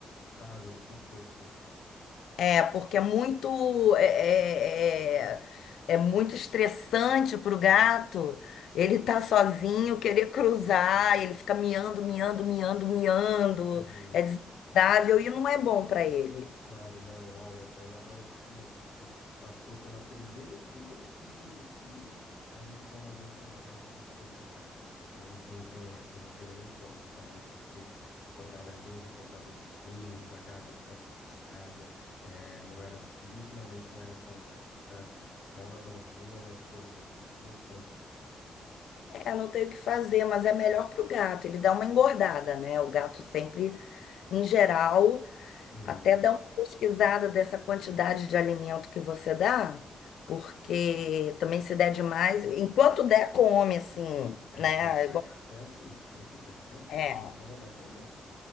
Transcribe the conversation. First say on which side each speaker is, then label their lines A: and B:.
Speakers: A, on the left (about 65°); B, on the left (about 85°).
A: Ah, a gente castrou, sim.
B: É, porque é muito é, é, é- é muito estressante para o gato. Ele tá sozinho, querer cruzar, ele fica miando, miando, miando, miando.
A: Uhum.
B: É desagradável e não é bom para ele.
A: Claro, não, olha, dá uma dorzinha. A gente passou pelo primeiro, primeiro ciclo de cio, a gente já não aguentou mais e foi castrar. Não, não tem, assim, não teve nem como, sabe? Porque acordava a gente, acordava os vizinhos, a gata ficava estressada, é, não era, nitidamente não era saudável, sabe? Dá uma dosinha, mas poxa, não tem o que fazer.
B: É, não tem o que fazer, mas é melhor para o gato. Ele dá uma engordada, né? O gato sempre, em geral,
A: Uhum.
B: até dá uma pesquisada dessa quantidade de alimento que você dá, porque também se der demais, enquanto der, come, assim,
A: É,
B: né?
A: não, minha gata é assim. Quando der
B: É,
A: comida, ela vai comer.